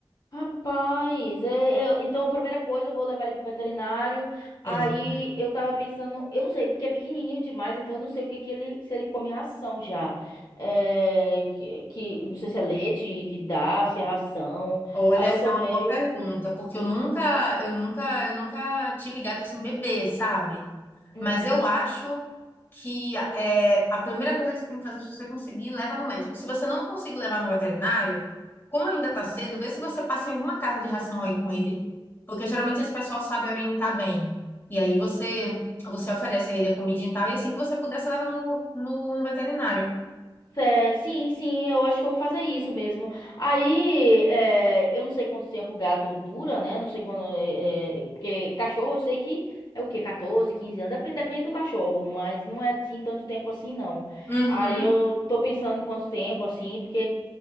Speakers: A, on the left; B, on the left.
A: Rapaz, é, eu- então a primeira coisa eu vou levar ele pro veterinário. Aí
B: Isso.
A: eu tava pensando, eu não sei, porque é pequenininho demais, então eu não sei o que que ele, se ele come ração já. É, que, que- não sei se é leite que dá, se é ração.
B: Olha,
A: Aí
B: essa
A: eu tô
B: é uma
A: meio.
B: boa pergunta, porque eu nunca, eu nunca, eu nunca tive gato assim bebê, sabe?
A: hum,
B: Mas eu acho que é, a primeira coisa que você tem que fazer, é se você conseguir, leva no médico. Se você não conseguir levar no veterinário, como ainda está
A: uhum.
B: cedo, vê se você passa em alguma casa de ração aí com ele, porque geralmente esse pessoal sabe orientar bem. E aí você você oferece a ele a comidinha e tal, e assim que você puder, você leva no, no, no veterinário.
A: É, sim, sim, eu acho que eu vou fazer isso mesmo. Aí, é, eu não sei quanto tempo o gato dura, né? Não sei quando. é, é, porque cachorro eu sei que é o quê? 14, 15 anos. Depende, depende do cachorro, mas não é assim tanto tempo assim, não.
B: Uhum.
A: Aí eu tô pensando em quanto tempo, assim, porque